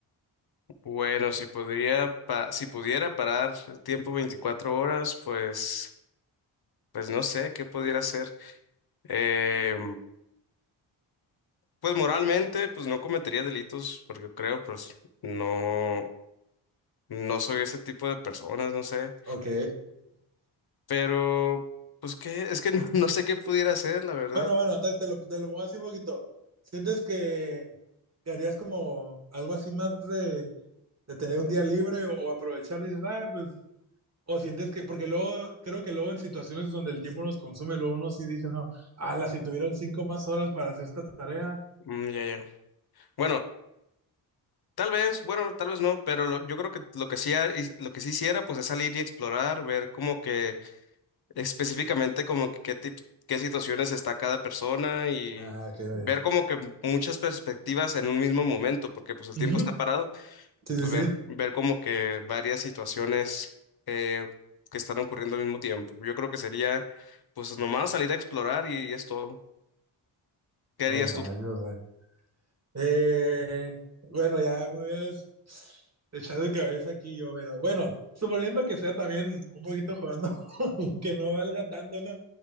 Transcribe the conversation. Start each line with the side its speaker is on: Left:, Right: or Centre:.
Left: Bueno, si podría pa- si pudiera parar el tiempo 24 horas, pues, pues no sé qué pudiera hacer. Eh, pues moralmente, pues no cometería delitos, porque yo creo, pues no, no soy ese tipo de personas, no sé.
Right: Ok.
Left: Pero, pues qué, es que no, <laughs> no sé qué pudiera hacer, la verdad.
Right: Bueno, bueno, te, te lo, te lo pongo así un poquito. ¿Sientes que, que harías como algo así más de, de tener un día libre o aprovechar? Dices, ah, pues, o sientes que, porque luego, creo que luego en situaciones donde el tiempo nos consume, luego uno sí dice, no, ala, si tuvieron cinco más horas para hacer esta tarea.
Left: Mm, ya, ya. Bueno, tal vez, bueno, tal vez no, pero lo- yo creo que lo que sí, ha- y- lo que sí hiciera, pues es salir y explorar, ver como que específicamente como que qué tip- qué situaciones está cada persona y
Right: Ah, qué bien.
Left: ver como que muchas perspectivas en un mismo momento, porque pues el
Right: Ujú,
Left: tiempo está parado
Right: Sí,
Left: y pues
Right: sí, sí.
Left: ver, ver como que varias situaciones eh, que están ocurriendo al mismo tiempo. Yo creo que sería pues nomás salir a explorar y es todo. ¿Qué harías
Right: Oh, rayos,
Left: tú?
Right: güey. Eh, bueno, ya me voy a des- echar de cabeza aquí yo, pero bueno, suponiendo que sea también un poquito jugando, <laughs> que no valga tanto, ¿no?